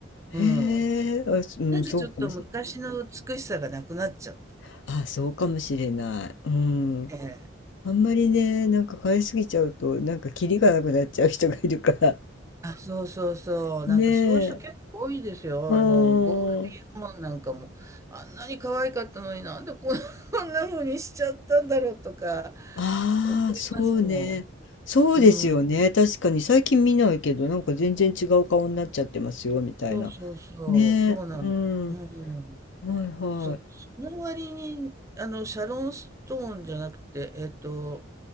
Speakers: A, on the left (about 65°); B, on the right (about 15°).
A: へ
B: うん。
A: え、あ、すうん、
B: なんかちょっと昔の美しさがなくなっちゃった。
A: そうかもしれないあ、そうかもしれない。うん。
B: ええ
A: あんまりね、なんか買いすぎちゃうと、なんかキリがなくなっちゃう人がいるから。
B: あ、そうそうそう。
A: <laughs> ねえ。
B: なんかそういう人結構多いですよ。
A: うーん。
B: あの、ゴールディーマンなんかも、あんなに可愛かったのになんでこん <laughs> こんな風にしちゃったんだろうとか
A: ああ、
B: 思いますも
A: そうね。そうですよね。
B: ん。うん。
A: 確かに最近見ないけど、なんか全然違う顔になっちゃってますよ、みたいな。
B: そうそうそう。
A: ねえ。
B: そうなの。
A: うん。
B: うん。
A: はいはい。
B: そう、その割に、あの、シャロン・ストーンじゃなくて、えっと、